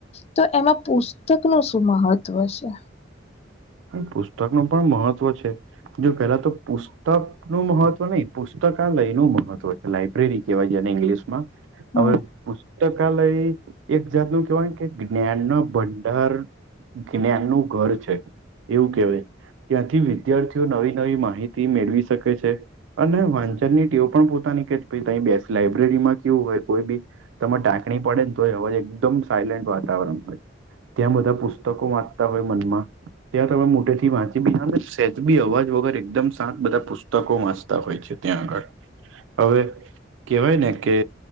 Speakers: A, on the left; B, on the right.
A: તો એમાં પુસ્તક ન શું મહત્વ છે
B: પુસ્તક નું પણ મહત્વ છે. જો પેલા તો પુસ્તક નું મહત્વ નહી પુસ્તકાલય નું મહત્વ લાઈબ્રેરી કહેવાય જેને ઇંગ્લિશ માં
A: હા
B: હવે પુસ્તકાલય એક જાતનું કેહેવાય કે જ્ઞાનનો ભંડાર જ્ઞાનનું ઘર છે. એવું કહેવાય ત્યાંથી વિદ્યાર્થીઓ નવી નવી માહિતી મેળવી શકે છે. અને વાંચનની ટેવ પણ પોતાની કે ત બેસ લાઈબ્રેરીમાં કેવું હોય કોઈ બી તમે ટાંકણી પડે ને તો અવાજ એકદમ સાયલેન્ટ વાતાવરણ હોય. ત્યાં બધા પુસ્તકો વાંચતા હોય મનમાં ત્યાં તમે મોટે થી વાંચી બી હ સેઝ બી અવાજ વગર એકદમ શાંત બધા પુસ્ત તકો વાંચતા હોય છે ત્યાં આગળ હવે કેહેવાય ને કે